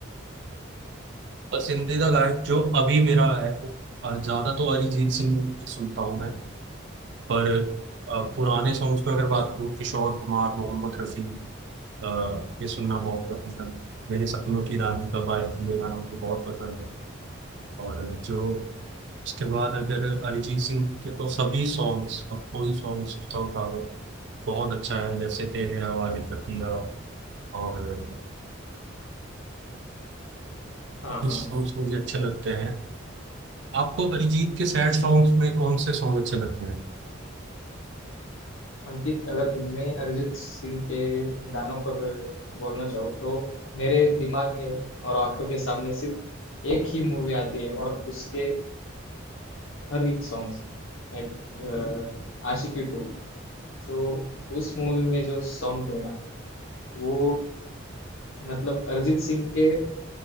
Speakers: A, on the right (about 60°); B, on the left (about 85°).
A: पसंदीदा गायक जो अभी मेरा है वो अ, ज्यादा तो अरिजीत सिंह की सुनता हूँ मैं पर अ, पुराने सॉन्ग्स में अगर बात करूँ किशोर कुमार मोहम्मद रफ़ी अ, ये सुनना बहुत पसंद है मेरे सपनों की रानी कब आएगी ये गाना मुझे बहुत पसंद है और जो उसके बाद अगर अरिजीत सिंह के तो सभी सॉन्ग्स अब कोई सॉन्ग सोचता उठा लो बहुत अच्छा है जैसे तेरे हवाले कर दिया और
B: हाँ हाँ
A: इस सॉन्ग्स मुझे अच्छे लगते हैं आपको अरिजीत के सैड सॉन्ग्स में कौन से सॉन्ग अच्छे लगते हैं
B: अंकित अगर मैं अरिजीत सिंह के गानों पर बोलना चाहूँ तो मेरे दिमाग में और आंखों के सामने सिर्फ एक ही मूवी आती है और उसके हर एक सॉन्ग्स लाइक आशिकी टू तो उस मूवी में जो सॉन्ग थे ना वो मतलब अरिजीत सिंह के